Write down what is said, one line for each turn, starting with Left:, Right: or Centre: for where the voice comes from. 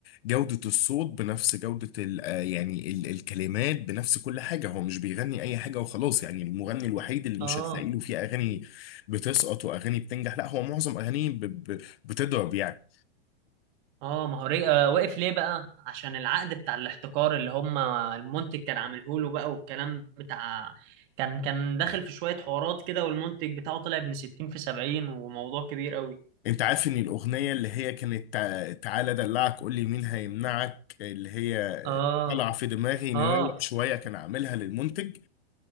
Left: جوده الصوت بنفس جوده ال آه، يعني ال الكلمات بنفس كل حاجه هو مش بيغني اي حاجه وخلاص يعني المغني الوحيد اللي
Right: اه
Left: مش هتلاقي له فيه اغاني بتسقط واغاني بتنجح لا هو معظم اغانيه ب- ب- بتضرب يعني
Right: اه ما هو ري- آه، وقف ليه بقى عشان العقد بتاع الاحتكار اللي هم المنتج كان عامله له بقى والكلام بتاع كان كان داخل في شوية حوارات كده والمنتج بتاعه طلع ابن 60 في 70 وموضوع كبير قوي
Left: انت عارف ان الاغنيه اللي هي كانت تع- تعالى دلعك قول لي مين هيمنعك اللي هي
Right: اه
Left: طالعه في دماغي نروق
Right: اه
Left: شويه كان عاملها للمنتج